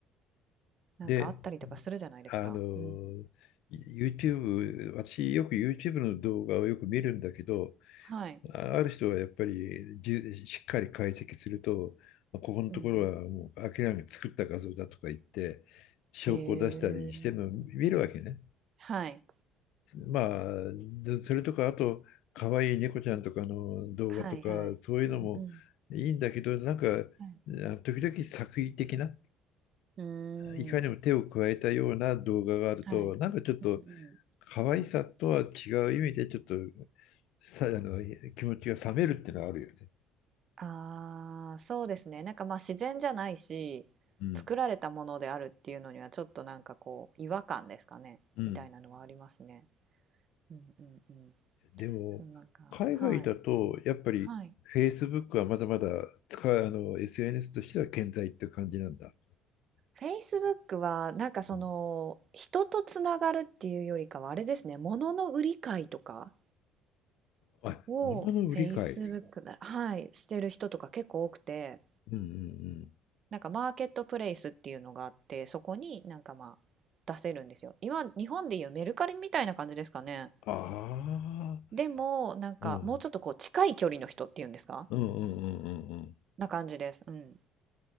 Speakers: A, on the right; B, on the left.
A: なんかあったりとかするじゃないですか。
B: で、あの、
A: うん。
B: YouTube、私よく YouTube の動画をよく見るんだけど、
A: はい。
B: ある人はやっぱりじしっかり解析すると、ここのところはもう明らかに作った画像だとか言って、
A: うんうん。
B: 証拠を出したりしてるのを見るわけね。
A: へえ。はい。
B: まあ、それとか、あと、可愛いい猫ちゃんとかの動画とか、
A: はいはい。
B: そういうのもいいんだけど、
A: うんうん。
B: なんか、
A: はい。
B: 時々作為的な、
A: うー
B: いかにも手を加えたような動画があると、
A: ん。はい。
B: なんかちょっと
A: うんうん。
B: 可愛さとは違う意味で、ちょっとさあの気持ちが冷めるっていうのはあるよね。
A: ああ、そうですね。なんか、ま、自然じゃないし、
B: うん
A: 作られたものであるっていうのにはちょっとなんかこう違和感ですかね、
B: うん。
A: みたいなのはありますね。うんうんうん。
B: でも、
A: そう、なんかはい。
B: 海外だと、やっぱり
A: はい。
B: Facebook はまだまだ使う、あの、SNS としては健在って感じなんだ。
A: Facebook はなんかその、
B: うん、
A: 人とつながるっていうよりかはあれですね、物の売り買いとか？
B: あ、
A: を
B: 物の売り買い。
A: Facebook だ、はい、してる人とか結構多くて、
B: うんうんうん。
A: なんかマーケットプレイスっていうのがあって、そこになんかまあ出せるんですよ。今、日本でいうメルカリみたいな感じですかね。
B: ああ、
A: でも、なんかもうちょっとこう近い距離の人っていうんですか
B: うん。うんうんうんうんうん。
A: な感じです。うん。